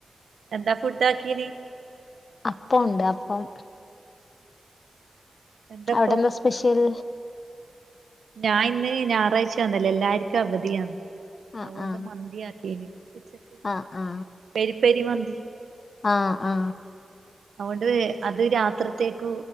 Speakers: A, on the right (about 80°); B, on the left (about 55°).
A: എന്താ ഫുഡ് ആക്കീനി
B: അപ്പോ ഉണ്ട് അപ്പം.
A: എന്താപ്പൊ
B: അവിടെ എന്നാ സ്പെഷ്യൽ.
A: ഞാൻ ഇന്ന് ഞായറാഴ്ച്ചാന്നല്ലോ എല്ലാർക്കും അവധിയാ.
B: ആ
A: അവുകൊണ്ട്
B: ആ
A: മന്തിയാക്കിയന് ഉച്ചക്ക്
B: ആ ആ
A: പെരിപ്പരി മന്തി.
B: ആ ആ
A: അവുകൊണ്ട് അത് രാത്രി ത്തേക്ക്